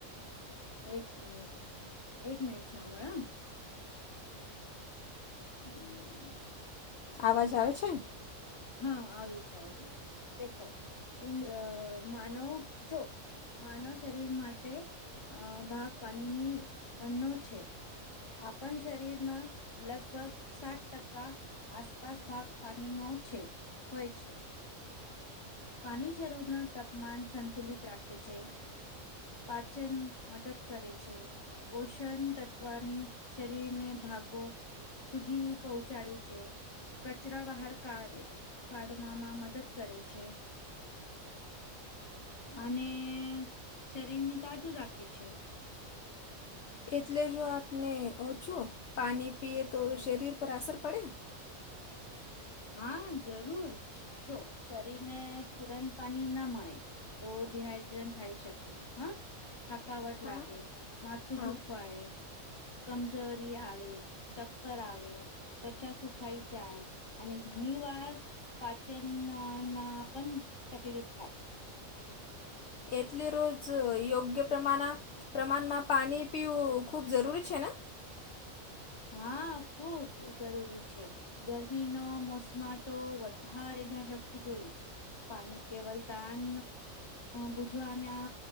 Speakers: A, on the left; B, on the left.
A: એક મિનિટ, એક મિનિટ સાંભાળ હ હમ
B: આવાજ આવે છે.
A: હા આવી છે, આવે છે દેખો અલ્ અ માનવ જો માનવ શરીર માટે અ ભાગ પાણીની બનો છે. આપણ શરીરમાં લગભગ સાત ટકા આસપાસ ભાગ પાણી નો છે, હોય છે. પાણી શરૂર નો તાપમાન સંતુલિત રાખે છે. પાચન મદદ કરે છે. પોષણ તત્વની શરીરને ભાગો સુધી પહોંચાડે છે. કચરા બહાર કાઢે કાઢવામાં મદદ કરે છે. અને શરીર ને તાજુ રાખે છે.
B: એટલે જો આપને ઓછું પાણી પીએ તો
A: હમ
B: શરીર પર અસર પડે?
A: હા જરૂર, જો શરીર ને તુરંત પાણી ના મળે તો ડીહાઈડ્રન્ટ થઈ શકે હા થકાવટ
B: હા
A: લાગે માથું
B: હા.
A: દુખ હોય કમજોરી આવે, ચક્કર આવે, ત્વચા સુખાઈ જાય. અને ઘણી વાર પાચન ના નાં પણ તકલીફ થાય.
B: એટલી રોજ યોગ્ય પ્રમાણ પ્રમાણમાં પાણી પીવું ખૂબ જરૂરી છે ને
A: હા ખુબ જરૂરી છે. ગરમી નો મોસમાં તો વધારે ધ્યાન રાખવું જોઈ. પાની કેવલ તાન ભુજવાના